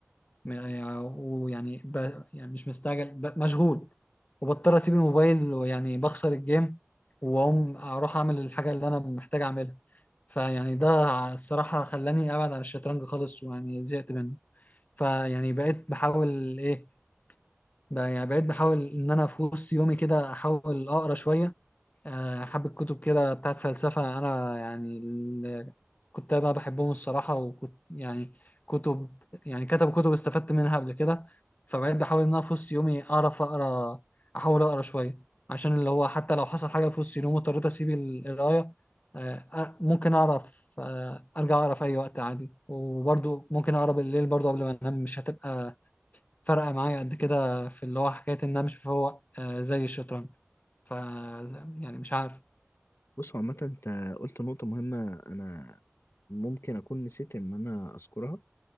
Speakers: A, on the left; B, on the left.
A: م- يعني- ويعني ب... يعني مش مستعجل ب... مشغول وبضطر اسيب الموبايل ويعني بخسر الجيم واقوم اروح اعمل الحاجه اللي انا محتاج اعملها فيعني ده الصراحه خلاني ابعد عن الشطرنج خالص ويعني زهقت منه فيعني بقيت بحاول ايه ب- يعني بقيت بحاول ان انا في وسط يومي كده احاول اقرا شويه آه، حبة كتب كده بتاعت فلسفة أنا يعني ال- كنت بقى بحبهم الصراحة وكنت يعني كتب يعني كتب كتب استفدت منها قبل كده فبقيت بحاول إن أنا في وسط يومي أعرف أقرأ أحاول أقرأ شوية عشان اللي هو حتى لو حصل حاجة في وسط يومي واضطريت أسيب ال- القراية آه، آه، ممكن أعرف آه، أرجع أقرأ في أي وقت عادي وبرضه ممكن أقرأ بالليل برضه قبل ما أنام مش هتبقى فارقة معايا قد كده في اللي هو حكاية إن أنا مش بفوق آه، زي الشطرنج ف يعني مش عارف
B: بص هو عامة انت قلت نقطة مهمة انا ممكن اكون نسيت ان انا اذكرها